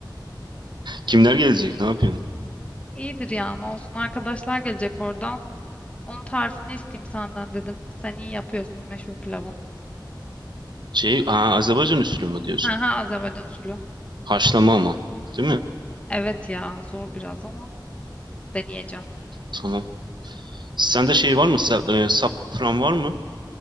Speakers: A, on the right; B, on the left.
A: Kimler gelecek? Ne yapıyorsun?
B: İyidir ya ne olsun. Arkadaşlar gelecek oradan. Onun tarifini isteyeyim senden dedim. Sen iyi yapıyorsun meşhur pilavın.
A: Şey, ha, Azerbaycan usulü mü diyorsun?
B: Ha ha Azerbaycan usulü.
A: Haşlama ama, değil mi?
B: Evet ya zor biraz ama deneyeceğim.
A: Tamam. Sende şey var mı? Sa- e, safran var mı?